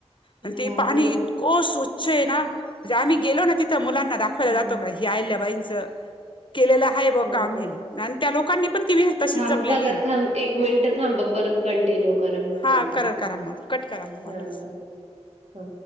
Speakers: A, on the left; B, on the right.
A: आणि ते
B: भारी
A: पाणी
B: ना.
A: इतकं स्वच्छ आहे ना, म्हणजे आम्ही गेलो ना तिथं मुलांना दाखवा <unintelligible>
B: हं.
A: आहिल्याबाईंच केलेलं आहे.
B: हां,
A: काम
B: हां.
A: हे, आणि त्या लोकांनी पण ती विहीर तशीच
B: थांबता
A: जपलेली
B: का? थांब मिनिटं थांबा. परत कंटिन्यू करा. मी कॉल
A: हा
B: करते.
A: करा करा मग, कट करा मग
B: हां,
A: वाटलं.
B: हां. हो.